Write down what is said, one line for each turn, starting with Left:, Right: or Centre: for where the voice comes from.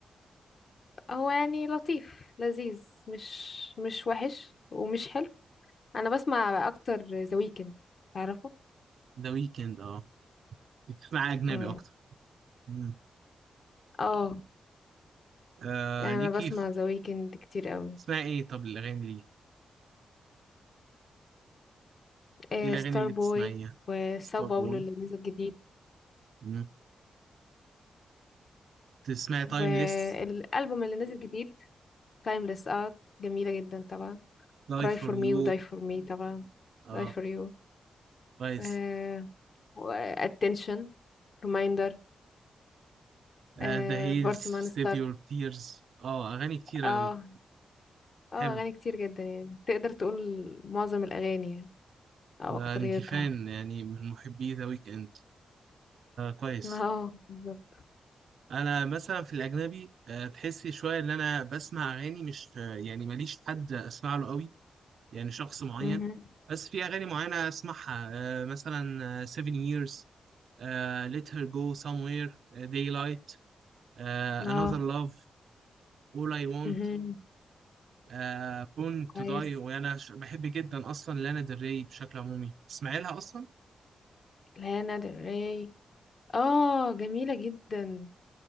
Left: هو يعني لطيف لذيذ مش مش وحش ومش حلو انا بسمع اكتر ذا ويكند تعرفه
Right: ده ويكند اه بتسمع اجنبي
Left: مم.
Right: اكتر مم.
Left: اه
Right: آه
Left: انا
Right: ليكي
Left: بسمع ذا ويكند كتير قوي
Right: اسمها ايه طب الاغاني دي
Left: آه
Right: ايه الاغاني
Left: ستار
Right: اللي
Left: بوي
Right: بتسمعيها
Left: وساو
Right: ستار
Left: باولو
Right: بوي
Left: اللي نزل جديد
Right: مم. تسمعي تايمليس
Left: والالبوم اللي نزل جديد تايمليس اه جميله جدا طبعا
Right: لاي
Left: cry
Right: فور
Left: for me
Right: يو
Left: و die for me طبعا
Right: اه
Left: die for you
Right: كويس
Left: آه و attention reminder
Right: ذا
Left: آه
Right: هيلز
Left: party monster
Right: سيف يور تيرز اه اغاني كتير
Left: اه
Right: اوي
Left: اه
Right: حلو
Left: اغاني كتير جدا يعني تقدر تقول معظم الاغاني يعني او
Right: ما
Left: اكتريتها
Right: انت فان يعني من محبي ذا ويك اند كويس
Left: اه بالظبط
Right: انا مثلا في الاجنبي آه، تحسي شويه ان انا بسمع اغاني مش آه، يعني ماليش حد اسمع له قوي يعني شخص معين
Left: مهم.
Right: بس في اغاني معينه اسمعها آه، مثلا 7 years uh, Let Her Go Somewhere, uh, Daylight, uh,
Left: اه
Right: Another Love, All I Want,
Left: مهم.
Right: uh, Born
Left: كويس
Right: to Die وأنا ش- بحب جدا أصلا لانا ديل ري بشكل عمومي تسمعي لها أصلا؟
Left: لانا ديل ري اه جميله جدا